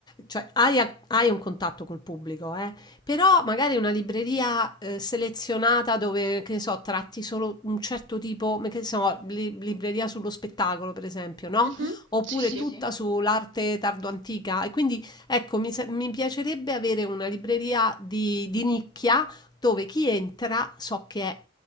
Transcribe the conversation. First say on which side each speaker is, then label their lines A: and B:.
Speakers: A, on the left (about 20°); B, on the right (about 80°).
A: cioè hai, a- hai un contatto col pubblico, eh? Però magari una libreria eh, selezionata dove, che ne so, tratti solo un certo tipo, ma che ne so, li- libreria sullo spettacolo, per esempio, no?
B: Mhm,
A: Oppure
B: Sì, sì.
A: Sì, sì. tutta sull'arte tardo-antica. E quindi, ecco, mi, sa- mi piacerebbe avere una libreria di, di nicchia dove chi entra so che è